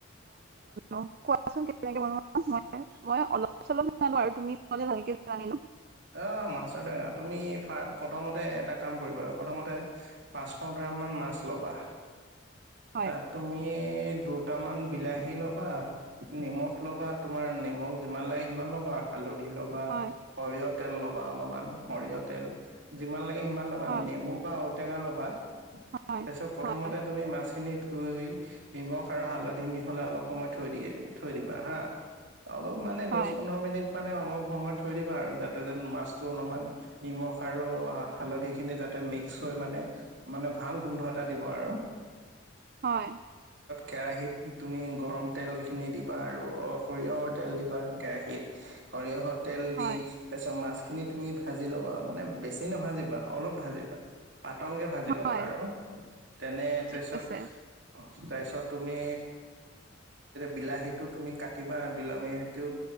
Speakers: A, on the right; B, on the right.
A: অ কোৱাচোন কে বন মই অলপ চলপ জানো আৰু তুমি ভালকোনি ল
B: অ মাছ টেঙা তুমি প্ৰথমতে এটা কাম কৰিবা প্ৰথমতে পাঁচশ গ্ৰাম মাছ ল'বা
A: হয়
B: তাত তুমি দুটামান বিলাহী ল'বা নিমখ ল'বা তোমাৰ নিমখ যিমান লাগে সিমান ল'বা বা হালধি ল'বা
A: হয়
B: সৰিয়হ তেল ল'বা অলপমান সৰিয়হ তেল যিমান লাগে
A: হয়
B: নমু বা ঔটেঙা লবা
A: হয়
B: তাপাছত প্ৰথমতে
A: হয়
B: তুমি। খিনি ধুই নিমখ আৰু হালধি মিহলাই অলপ সময় থৈ দিয়ে থৈ দিবা হা অলপ মানে দহ
A: হয়
B: পোন্ধৰ মিনিট মানে অলপ সময় থৈ দিবা আৰু যাতে তাতে যেন মাছটো অলপ নি আৰু হালধি খিনি যাতে ম্স হৈ মান মানে ভাল গোন্ধ এটা দিব আৰু
A: হয়ব।
B: কেৰাহিত তুমি গৰম তেলখিনি দিবা আৰু সৰিয়হৰ তেল দিবা কেৰাহিত সৰিয়হৰ তেল
A: হয়,
B: দি তাৰিছ মাছখিনি তুমি ভাজি ল'বা মানে বেছি নাভাজিবা অলপ ভাজিবা পাতলকে ভাজি ল'বা
A: হয়,
B: আৰু তেনে তাৰপিছত
A: ঠিক আছে।
B: তাৰপিছত তুমি বিলাহীটো তুমি কাটিবা বিলাহীটো